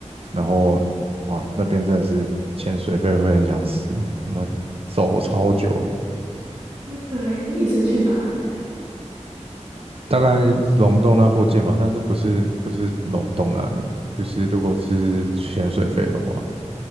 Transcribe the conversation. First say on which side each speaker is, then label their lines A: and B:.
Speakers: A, on the right; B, on the right.
A: 然后哇，那边真的是潜水费会很想死，那么走超久，
B: 对，诶，你是去哪里啊？
A: 大概龙洞那附近吧，但是不是不是龙洞那里，就是如果是潜水费的话，